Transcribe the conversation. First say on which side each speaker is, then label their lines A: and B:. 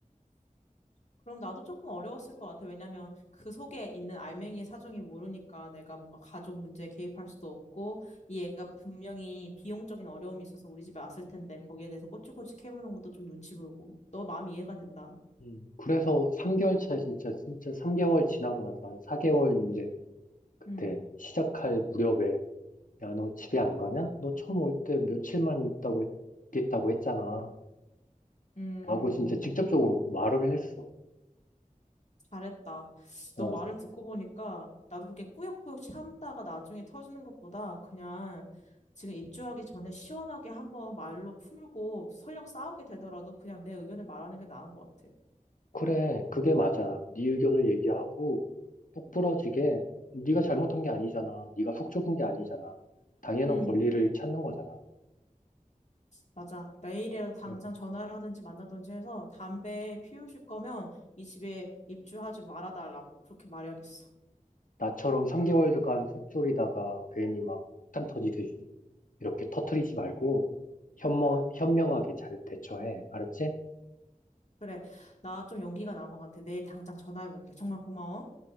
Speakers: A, on the left; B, on the left.
A: 그럼 나도 조금 어려웠을 것 같아. 왜냐면 그 속에 있는 알맹이의 사정이 모르니까 내가 뭔가 가족 문제에 개입할 수도 없고 이 애가 분명히 비용적인 어려움이 있어서 우리 집에 왔을 텐데 거기에 대해서 꼬치꼬치 캐무는 것도 좀 눈치 보이고. 너 마음이 이해가 된다.
B: 음, 그래서 3개월 차에 진짜, 진짜 3개월 지나고 나서 한 4개월 이제 그때
A: 음,
B: 시작할 무렵에, 야, 너 집에 안 가냐? 너 처음 올 때 며칠만 있다고, 했- 있겠다고 했잖아.
A: 음,
B: 라고 진짜 직접적으로 말을 했어.
A: 잘했다.
B: 어
A: 너 말을 듣고 보니까 나도 그렇게 꾸역꾸역 참다가 나중에 터지는 것보다 그냥 지금 입주하기 전에 시원하게 한번 말로 풀고 설령 싸우게 되더라도 그냥 내 의견을 말하는 게 나은 것 같아.
B: 그래, 그게 맞아. 네 의견을 얘기하고 똑부러지게 네가 잘못한 게 아니잖아. 네가 속 좁은 게 아니잖아. 당연한
A: 음.
B: 권리를 찾는 거잖아.
A: 맞아. 내일이라도 당장
B: 어,
A: 전화를 하든지 만나든지 해서 담배 피우실 거면 이 집에 입주하지 말아달라고 그렇게 말해야겠어.
B: 나처럼 3개월간 속 졸이다가 괜히 막 폭탄 터지듯이 이렇게 터트리지 말고 현명, 현명하게 잘 대처해. 알았지?
A: 그래. 나 좀 용기가 난 것 같아. 내일 당장 전화해볼게. 정말 고마워.